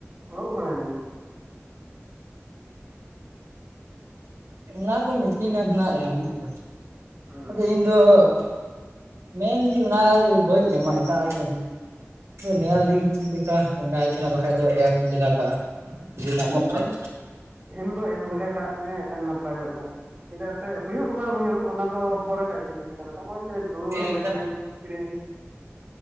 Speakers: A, on the right; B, on the right.
A: ᱚᱲᱩᱠ ᱠᱟᱱᱟ ᱡᱟᱹᱱᱤᱡ᱾
B: ᱚᱱᱟ ᱠᱚ ᱢᱤᱛᱤᱧ ᱠᱟᱱ ᱛᱟᱦᱮᱱᱟ ᱮᱢ‌ ᱵᱩᱡᱽ ᱫᱟᱢ‌
A: ᱦᱩᱸ
B: ᱟᱫᱚ ᱤᱧ ᱫᱚ ᱚᱜᱼᱼ ᱢᱮᱱ ᱫᱤᱧ ᱚᱱᱟ ᱵᱟᱹᱧ ᱮᱢᱟ ᱮᱴᱟᱜ ᱟᱜ ᱤᱧ ᱮᱢᱟ᱾ ᱟᱫᱚ ᱱᱮᱞ ᱫᱤᱧ ᱪᱤᱫ ᱞᱮᱠᱟ ᱱᱚᱰᱟ ᱦᱩᱭᱩᱜ ᱠᱟᱱᱟ ᱵᱟᱠᱷᱟᱡ ᱫᱚ ᱮᱢ ᱞᱮᱜᱟ ᱠᱟᱜ-ᱟ ᱡᱩᱫᱤᱢ ᱱᱟᱢᱚᱜ
A: ᱦᱩᱸ
B: ᱠᱷᱟᱡᱼᱼ
A: ᱮᱢ ᱫᱚ ᱮᱢ ᱞᱮᱜᱟ ᱠᱟᱜ ᱢᱮ ᱟᱨ ᱱᱟᱯᱟᱭᱚᱜ-ᱟ᱾ ᱪᱮᱫᱟᱜ ᱥᱮ ᱦᱩᱭᱩᱜ ᱵᱟᱝ ᱦᱩᱭᱩᱜ ᱚᱱᱟ ᱫᱚ ᱯᱚᱨᱮᱱᱟᱜ ᱛᱮᱱᱟ ᱡᱤᱱᱤᱥ ᱠᱟᱱᱟ ᱦᱚᱸᱜ-ᱚᱭ ᱡᱮᱼᱼ ᱫᱩᱲᱩᱵ
B: ᱦᱮᱸ
A: ᱟᱢ ᱢᱤᱫᱴᱮᱱ ᱮᱠᱥᱯᱨᱤᱭᱮᱱᱥᱼᱼ